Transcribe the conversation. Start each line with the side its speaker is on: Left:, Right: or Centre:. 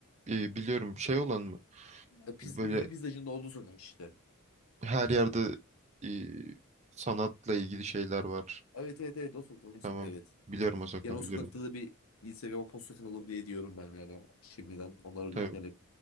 Right: e, biliyorum şey olan mı?
Left: E, piz,
Right: Böyle
Left: ünlü pizzacının olduğu sokak işte.
Right: her yerde e, sanatla ilgili şeyler var.
Left: Evet evet evet o sokak. o sokak,
Right: Tamam.
Left: Evet.
Right: Biliyorum o sokağı
Left: Yani o
Right: biliyorum.
Left: sokakta da bir Instagram'a post atalım diye diyorum ben yani. Şimdiden onları
Right: Tabii,
Left: düşünerek.